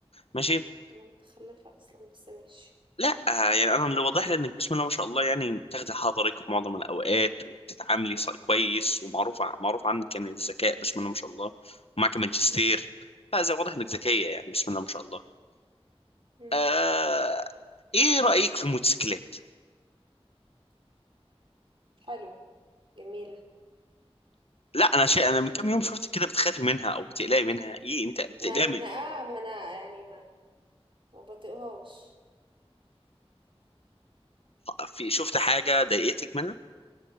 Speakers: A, on the left; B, on the right.
A: ماشي
B: انا متخلفة اصلا بس ماشي
A: لا يعني انا اللي واضح لي انك بسم الله ما شاء الله يعني بتاخدي حضرك في معظم الاوقات وبتتعاملي ص- كويس ومعروف ع- معروف عنك يعني الذكاء بسم الله ما شاء الله ومعك ماجستير
B: مم.
A: فزي واضح انك ذكيه يعني بسم الله ما شاء الله
B: مم.
A: آه... ايه رايك في الموتوسيكلات
B: حلو جميلة
A: لا انا شيء انا من كام يوم شفت كده بتخافي منها او بتقلقي منها ايه انت بتقلقي
B: ما انا اه ما انا يعني ما ما بطيقهاش
A: في شفت حاجة ضايقتك منها